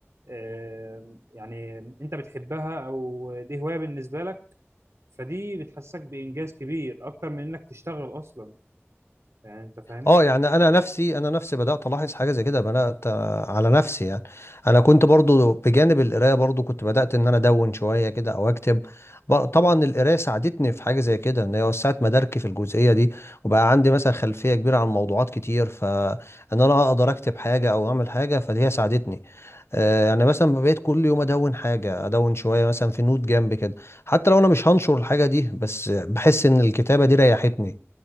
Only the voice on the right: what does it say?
آه، يعني أنت بتحبها أو دي هواية بالنسبة لك فدي بتحسسك بإنجاز كبير أكتر من إنك تشتغل أصلا يعني أنت فاهمني